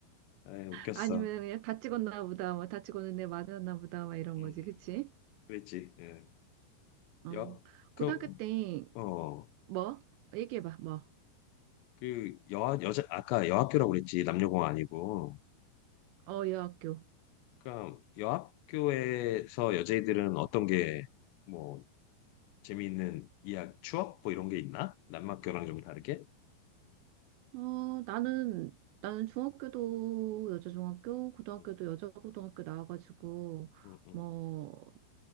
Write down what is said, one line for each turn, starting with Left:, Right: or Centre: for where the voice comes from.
Left: 에, 웃겼어.
Right: 아니면 그냥 다 찍었나 보다, 뭐 다 찍었는데 맞았나 보다, 막 이런
Left: 음.
Right: 거지,
Left: 음.
Right: 그치?
Left: 그랬지. 예.
Right: 어.
Left: 여, 그,
Right: 고등학교 때
Left: 어,
Right: 뭐? 얘기해봐, 뭐?
Left: 그, 여, 여자, 아까 여학교라고 그랬지. 남녀공 아니고.
Right: 어, 여학교.
Left: 그러니까 여학교에서 여자애들은 어떤 게, 뭐, 재미있는 이야기, 추억? 뭐 이런 게 있나? 남학교랑 좀 다르게?
Right: 어, 나는, 나는 중학교도 여자 중학교, 고등학교도
Left: 응,
Right: 여자 고등학교 나와가지고,
Left: 응, 응,
Right: 뭐,